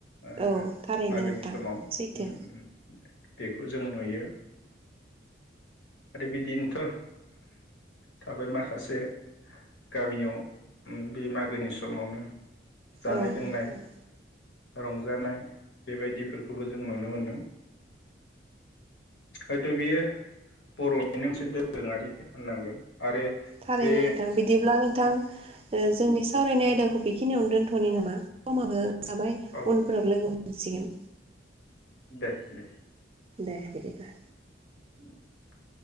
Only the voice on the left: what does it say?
ओ
मागोनि
समाव
<unintelligible> बेखौ जों नुयो आरो बिदिनोथ' थाबाय माखासे गामियाव बे मागोनि समावनो जानाय
लोंनाय।
रंजानाय बेबायदिफोरखौबो जों नुनो मोनदों हयत' बियो बर'निनो मोनसे दोरोङारि होननांगोन। आरो
बे
औ
दे दे।
<inaudible>